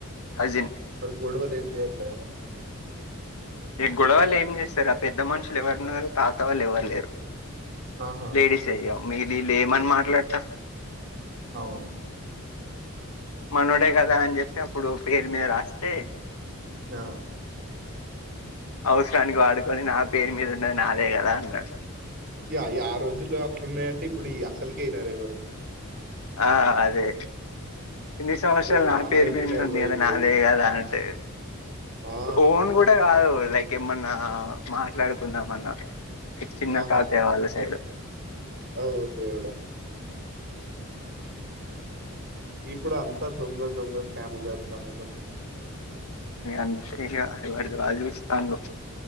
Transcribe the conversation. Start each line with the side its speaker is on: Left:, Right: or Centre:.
Left: కజిన్
Right: గొడవలు ఏం ఏట్లా గా మరి
Left: గొడవాళ్ళు ఏం చేస్తారు ఆ పెద్ద మనుషులు ఎవరున్నారు తాత వాళ్ళు ఎవ్వరులేరు
Right: ఆహా
Left: లేడీసే అయ్య మీ వీళ్ళు ఏమని మాట్లాడత
Right: అవును
Left: మనోడే కదా అని చెప్పి అప్పుడు పేరు మీద రాస్తే
Right: ఆ
Left: అవసరానికి వాడుకొని నా పేరు మీద ఉన్నది నాదే కదా అన్న డు
Right: ఇ ఆ రోజుల్లో అట్లున్నాయంటే ఇప్పుడు అసలుకే ఇనరు ఎవరు
Left: ఆ అదే ఇన్ని సంవత్సరాలు
Right: అబ్బో చానా
Left: నా పేరు
Right: అయితున్నాయి
Left: మీదనే ఉంది
Right: బ్రో
Left: కదా
Right: ఇప్పుడు
Left: నాదే కదా అంటే
Right: ఆ
Left: ఓన్ కూడా కాదు లైక్ ఏమన్నా మాట్లాడుకుందామన్నా. ఎట్ చిన్న
Right: ఆహా
Left: తాతయ్య వాళ్ళ సైడ్
Right: ఓరి దేవుడా ఇప్పుడు అం త దొంగ దొంగ స్కామ్ <unintelligible> తనేందో
Left: ఇగ అంతే ఇగ ఎవర్ది వాళ్లు చూస్తాన్రు.